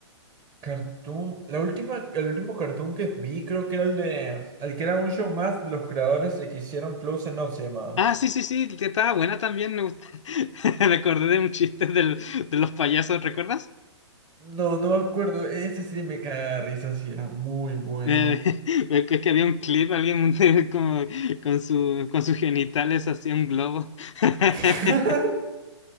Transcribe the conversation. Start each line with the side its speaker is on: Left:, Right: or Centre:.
Right: Cartoon. La última, el último cartoon que vi creo que era el de. El que era un show más de los creadores de que hicieron Close Enough se llamaba.
Left: Ah, sí, sí, sí, que estaba buena también, me gusta. <laughs> Recordé de un chiste del- de los payasos, ¿recuerdas?
Right: No, no me acuerdo. Esa serie me caga de risa, sí, era muy buena.
Left: Eh, <laughs> me acuerdo que había un clip, había un <laughs> como con su, con sus genitales hacía un globo. <laughs>
Right: <laughs>